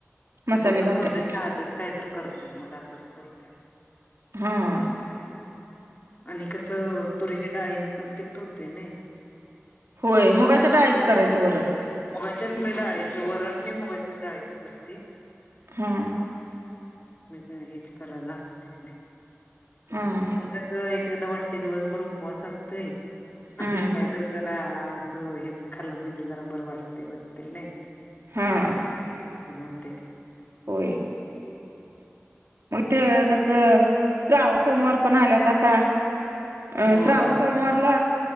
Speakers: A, on the right (about 65°); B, on the left (about 35°).
A: मसाले
B: मग तसच
A: भातापेक्षा
B: करतोय साजच काय तर करतोय मग असंच करतो.
A: हा
B: आणि कसं तुरीच्या डाळीनं पण पित होते नाही.
A: होय मगायचंडायच करायचं वरण.
B: मुगाच्याच मी डाळीचं वरण मी मुगाच्या डाळीच करते.
A: हा.
B: मी हेच करा लागतस नाही.
A: हम्म.
B: पण कस एक एकदा वाटते दिवसभर उपवास असतय
A: हा
B: आणि काय तर जरा हेच खाल्लं म्हणजे जरा बरं वाटते, वाटते नाही.
A: हम्म.
B: पचन पण नव्हते.
A: होय. मग तेे कसं, श्रावण सोमवार पण आल्यात आता. अं
B: होय
A: श्रावण सोमवारला